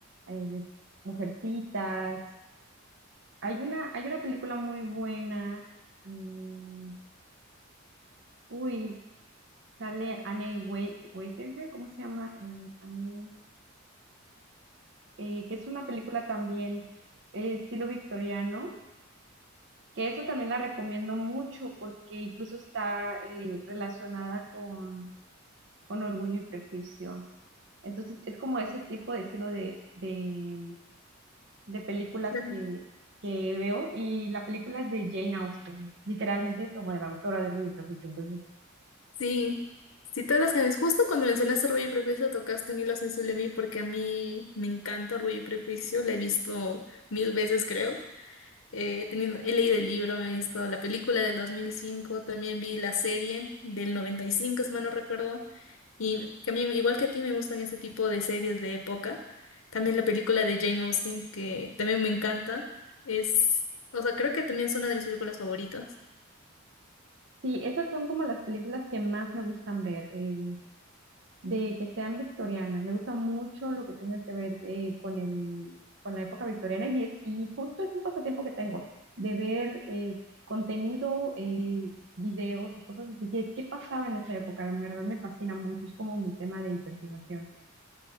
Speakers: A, on the right; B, on the left.
A: eh, Mujercitas. Hay una, hay una película muy buena. mm, uy, Sale Anne Wai- Waitager, ¿cómo se llama? Eh, Anne, eh, que es una película también eh, estilo victoriano, que esa también la recomiendo mucho porque incluso está eh, relacionada con, con Orgullo y Prejuicio. Entonces es como ese tipo de estilo de, de, de películas
B: Claro.
A: que, que veo y la película es de Jane Austen, literalmente como de la autora de Orgullo y Prejuicio. Entonces,
B: Sí, sí, todas las que me justo cuando mencionaste Orgullo y Prejuicio tocaste un hilo sensible a mí porque a mí me encanta Orgullo y Prejuicio, la he visto mil veces, creo. Eh, he tenido, he leído el libro, me he visto la película del dos mil cinco también vi la serie del 95 si mal no recuerdo. Y también, igual que a ti, me gustan ese tipo de series de época. También la película de Jane Austen, que también me encanta. Es, o sea, creo que también es una de mis películas favoritas.
A: sí, esas son como las películas que más me gustan ver. Eh, de que sean victorianas. Me gusta mucho lo que tenga que ver eh, con el, con la época victoriana y, es, y justo es un pasatiempo que tengo, de ver eh, contenido, eh, videos y cosas así, que qué pasaba en esa época, la verdad me fascina mucho, es como mi tema de investigación.